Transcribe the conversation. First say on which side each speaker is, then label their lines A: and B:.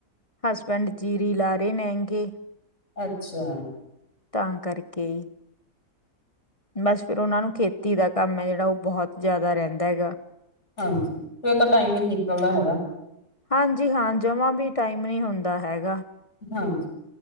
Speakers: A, on the left; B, on the left.
A: ਹਸਬੈਂਡ ਜੀਰੀ ਲਾਰੇ ਨੇਗੇ।
B: ਅੱਛਾ
A: ਤਾਂ ਕਰਕੇ। ਬਸ ਫੇਰ ਉਹਨਾਂ ਨੂੰ ਖੇਤੀ ਦਾ ਕੰਮ ਏ ਜਿਹੜਾ, ੳ ਬਹੁਤ ਜ਼ਿਆਦਾ ਰਹਿੰਦਾ ਹੈਗਾ।
B: ਹਾਂਜੀ ਫੇਰ ਤਾਂ ਟਾਈਮ ਈ ਨੀ ਨਿਕਲਦਾ ਹੈਗਾ।
A: ਹਾਂਜੀ ਹਾਂ ਜਮਾਂ ਵੀ ਟਾਈਮ ਨੀ ਹੁੰਦਾ ਹੈਗਾ।
B: ਹਾਂਜੀ।